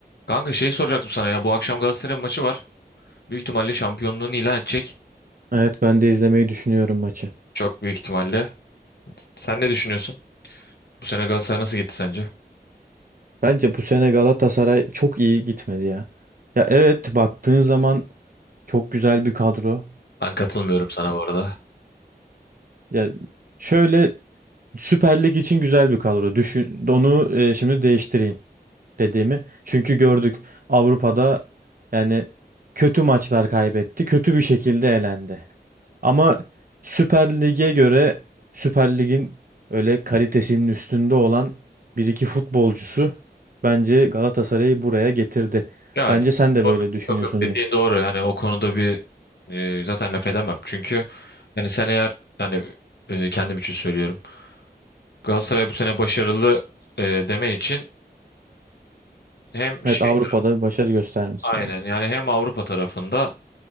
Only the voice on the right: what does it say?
Evet ben de izlemeyi düşünüyorum maçı.
Bence bu sene Galatasaray çok iyi gitmedi ya. Ya evet baktığın zaman çok güzel bir kadro.
Ya şöyle Süper Lig için güzel bir kadro. Düşün onu e, şimdi değiştireyim dediğimi. Çünkü gördük Avrupa'da yani kötü maçlar kaybetti. Kötü bir şekilde elendi. Ama Süper Lig'e göre Süper Lig'in öyle kalitesinin üstünde olan bir iki futbolcusu bence Galatasaray'ı buraya getirdi.
Bence
sen de böyle düşünüyorsun.
Evet
Avrupa'da başarı göstermiş.